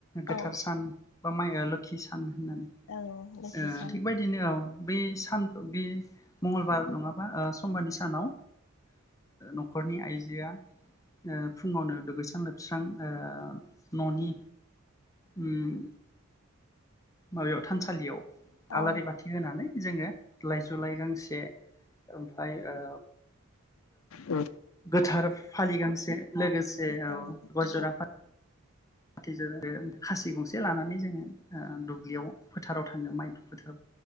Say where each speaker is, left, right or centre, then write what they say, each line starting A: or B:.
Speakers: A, on the left (about 15°); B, on the left (about 70°).
A: गोथार
B: औ
A: सान बा माइ ओ लोखि सान होननानै ओ
B: औ लोखि सान
A: थिग बायदिनो औ। बे सान फो बे मंगलबार नङाबा ओ समबारनि सानाव ओ नखरनि आइजोआ ओ फुङावनो दुगैस्रां लोबस्रां ओ ननि उम माबायाव थानसालियाव
B: औ
A: आलारि बाथि होनानै जोङो लाइजु लाइ गांसे ओमफाय ओ
B: ओ।
A: गोथार फालि गांसे लोगोसे
B: गय
A: औ
B: जरा फाथै
A: गय जरा फा फाथै जरादो खासि गंसे से लानानै जोङो ओ दुब्लियाव फोथाराव थाङो माइ दु फोथाराव।